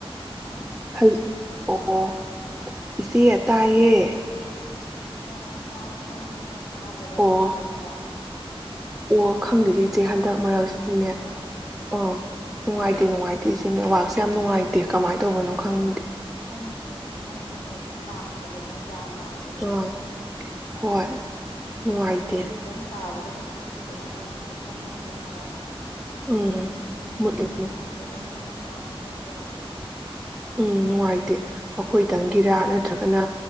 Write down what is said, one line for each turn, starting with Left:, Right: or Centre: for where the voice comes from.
Left: hello
Centre: ꯍꯜ ꯑꯣ-ꯑꯣ ꯏꯆꯦ ꯇꯥꯏꯌꯦ
Left: ꯑꯣ ꯑꯣ ꯇꯥꯔꯕꯣ ꯑꯩꯗꯤꯅꯦ ꯇꯥꯗꯕ
Centre: ꯑꯣ
Left: ꯃꯥꯜꯂꯨꯔꯕ
Centre: ꯑꯣ
Left: ꯐꯣꯟꯁꯤꯁꯨ
Centre: ꯈꯪꯗꯦꯗ ꯏꯆꯦ ꯍꯟꯗꯛ
Left: ꯍꯟꯗꯛꯇꯤ
Centre: ꯃꯔꯛꯁꯤꯗꯤꯅꯦ
Left: ꯅꯨꯡꯉꯥꯏꯇꯕꯅ
Centre: ꯑꯣ ꯅꯨꯡꯉꯥꯏꯇꯦ-ꯅꯨꯡꯉꯥꯏꯇꯦ ꯇꯤꯁꯤꯅꯦꯜ ꯅꯦꯠꯋꯥꯛꯁꯦ ꯌꯥꯝ ꯅꯨꯡꯉꯥꯏꯇꯦ ꯀꯃꯥꯏ ꯇꯧꯕꯅꯣ ꯈꯪ
Left: ꯈꯪꯗꯦ ꯃꯩꯅꯒꯁꯨ ꯂꯥꯛꯇꯕꯅꯦ ꯆꯥꯡ ꯅꯥꯏꯗꯕꯅꯦ
Centre: ꯑꯥ ꯍꯣꯏ
Left: <unintelligible>
Centre: ꯅꯨꯡꯉꯥꯏꯇꯦ
Left: ꯅꯣꯡ ꯈꯤꯇꯪ ꯇꯥꯕꯒ ꯅꯨꯡ ꯁꯤꯠ ꯁꯤꯠꯄꯒ ꯃꯩꯖꯤ ꯍꯦꯛꯇ ꯃꯨꯠꯂꯦ ꯍꯥꯏꯕ
Centre: ꯎꯝ
Left: ꯑꯗꯨꯅ
Centre: ꯃꯨꯠꯂꯤ
Left: ꯅꯨꯡꯉꯥꯏꯇꯕꯅꯅꯦ ꯋꯥ ꯀꯩ ꯀꯥꯔꯥꯁꯦ
Centre: ꯎꯝ ꯅꯨꯡꯉꯥꯏꯇꯦ ꯑꯈꯣꯏꯇꯪꯒꯤꯔꯥ ꯅꯠꯇ꯭ꯔꯒꯅ